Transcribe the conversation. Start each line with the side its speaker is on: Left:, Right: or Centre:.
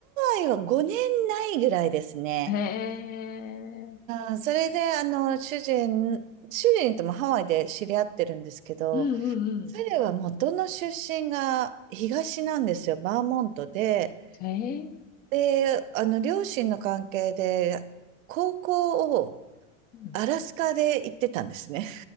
Right: ワイは5年ないぐらいですね。
Left: へえ。
Right: うん、それで、あの、主人、主人ともハワイで知り合ってるんですけど、
Left: うんうんうん。
Right: 彼は元の出身が東なんですよ、バーモントで。
Left: へえ。
Right: で、あの、両親の関係で、高校を
Left: うん
Right: アラスカで行ってたんですね。